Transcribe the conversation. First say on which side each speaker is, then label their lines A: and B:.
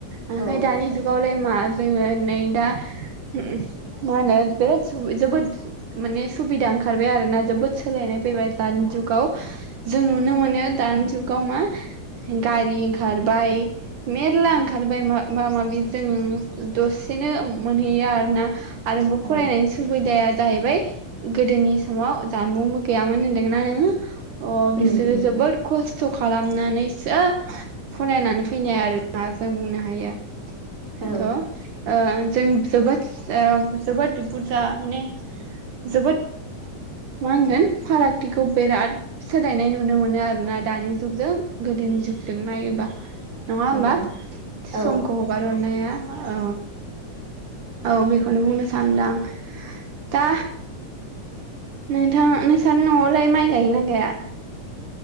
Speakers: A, on the right; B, on the right.
A: ओमफाय
B: ओ औ
A: दानि जुगावलाय मा जोङो नै दा उम मा होनो बिराद सुबि जोबोद माने सुबिदा ओंखारबाय आरोना जोबोद सोलायनाय फैबाय दानि जुगाव जों नुनो मोनो दानि जुगाव मा गारि ओंखारबाय मेर्ला ओंखारबाय मा मा माबि जों दसेनो मोनहैयो आरो ना आरोबाव
B: औ
A: फरायनायनि सुबिदाया जाहैबाय गोदोनि समाव जानबुंबो गैयामोन होनदोंना नोङो अ बिसोर
B: उम उम
A: जोबद खस खस्थ' खालामनानैसो फनायनानै फैनाय आरोना जों बुंनो हायो।
B: औ
A: थ ओ जों जोबोद ओ जोबोद जा माने जोबोद मा होनगोन फारागथिखौ बिराद सोलायनाय नुनो मोनो आरोना दानि जुगजों गोदोनि जुगजों नायोबा। नङा होमबा
B: औ औ
A: समखौ हगार हरनाया? औ औ बेखौनो बुंनो सानदों आं दा नोंथां नोंसानि न'आवलाय माइ गायोना गाया?